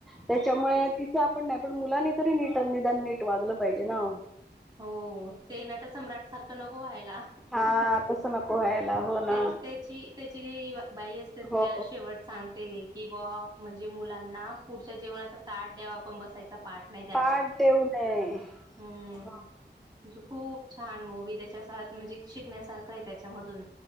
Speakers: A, in the centre; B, on the right.
A: त्याच्यामुळे तिचं आपण पण मुलांनी तरी नीट निदान नीट वागलं पाहिजे ना.
B: हो, ते नट सम्राट सारखं नको व्हायला.
A: हा तस नको व्हायला हो,
B: त्या
A: ना.
B: त्याची त्याची ज बाई असते, न
A: हो
B: त्याला शेवट सांगते, कि <unintelligible> म्हणजे मुला ना पुढच्या जेवणाचा ताट द्यावा, पण बसायचा पाठ नाही द्यावा.
A: पाठ <unintelligible>
B: हम्म म्हणजे, खूप छान! मूवी त्याच्या <unintelligible> म्हणजे शिकण्यासारखं आहे. त्यांच्यामधून.